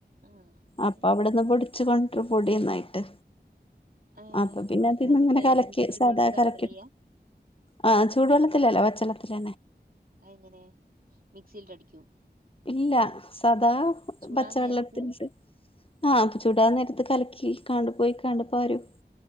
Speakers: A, on the right; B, on the left.
A: ആഹ് എന്നിട്ട്
B: അപ്പൊ അവിടെന്ന് പൊടിച്ച് കൊണ്ടരു പൊടിന്നായിട്ട്
A: ഏഹ്
B: അപ്പൊ പിന്നെ അതിന്ന്ങ്ങനെ
A: എന്നിട്ട് എന്ത
B: കലക്കി
A: എന്ത് ചുടുവെള്ളത്തി
B: സാധാ
A: കലക്കലാ
B: കലക്കി
A: ചെയ്യാ
B: ആ ചൂടുവെള്ളത്തിലല്ല പച്ചെള്ളത്തിലാ
A: അത്ങ്ങനെ മിക്സീൽട്ടടിക്കും
B: ഇല്ല സദാ
A: ചൂടാൻ
B: പച്ചവെള്ളത്തിലിട്ട്
A: നേരത്ത്
B: ആ പ്പൊ ചൂടാ നേരത്ത് കലക്കി പൊയ്ക്കണ്ട് ഇപ്പൊ വരും